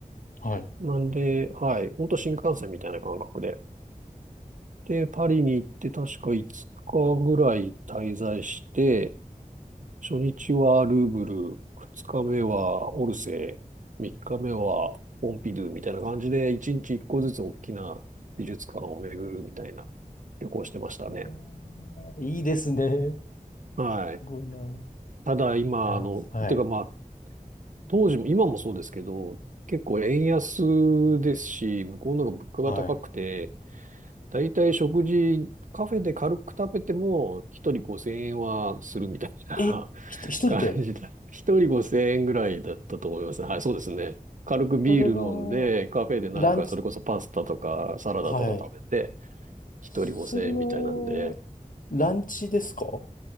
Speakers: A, on the left; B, on the right.
A: はい。
B: なんで、はい、ほんと新幹線みたいな感覚で。で、パリに行って確か5日ぐらい滞在して、初日はルーブル、2日目はオルセー、3日目はポンピドゥみたいな感じで、1日1個ずつ大きな美術館を巡るみたいな旅行してましたね。
A: うわーいいですね。
B: はい。
A: すごいな。
B: ただ今、
A: フランス。
B: あの、
A: はい。
B: てかまあ、当時も、今もそうですけど、結構円安ですし、向こうの方が物価が高くて、
A: はい。
B: だいたい食事、カフェで軽く食べても、一人5000円はするみたいな
A: え、ひと、
B: <laughs>
A: 一人で。
B: 感じだ。一人5000円ぐらいだったと思います。はい、そうですね。軽くビール飲んで、
A: それは、
B: カフェでなんか、
A: ランチ、
B: それこそパスタとかサラダとか食べて、
A: はい。
B: 一人5000円みたいなんで、
A: それは、ランチですか